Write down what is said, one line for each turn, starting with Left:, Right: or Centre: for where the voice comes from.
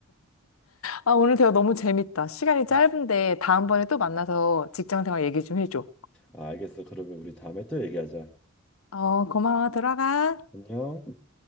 Left: 아, 오늘 대화 너무 재밌다. 시간이 짧은데
Centre: 음,
Left: 다음번에
Centre: 음.
Left: 또 만나서 직장 생활 얘기 좀 해줘.
Centre: 아, 알겠어. 그러면 우리 다음에 또 얘기하자.
Left: 어, 고마워. 들어가.
Centre: 안녕.